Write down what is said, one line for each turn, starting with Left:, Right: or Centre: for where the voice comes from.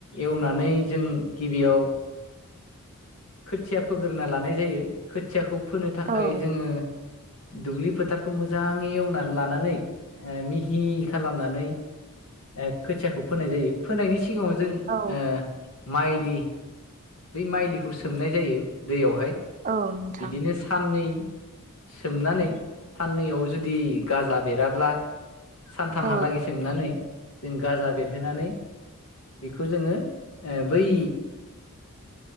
Left: एवनानै जों गिबियाव खोथिया फोग्रोना लानाय जायो खोथियाखौ फोनो थाखाय
Right: औ
Left: जोङो दुब्लि फोथारखौ मोजाङै एवनानै लानानै ओ मिहि खालामनानै ओ खोथियाखौ फोनाय जायो फोनायनि सिगाङाव जों ओ
Right: औ
Left: माइलि बै माइलिखौ सोमनाय जायो दैयावहाय
Right: औ नोंथां
Left: बिदिनो साननै सोमनानै साननैयाव जुदि गाजा बेराब्ला सानथामहालागै
Right: औ
Left: सोमनानै जों गाजा बेरहोनानै बेखौ जोङो ओ बै